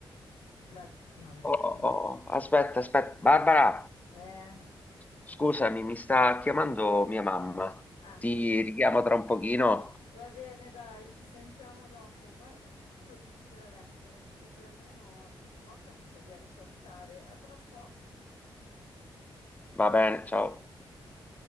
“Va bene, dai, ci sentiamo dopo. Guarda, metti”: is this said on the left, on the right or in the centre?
Left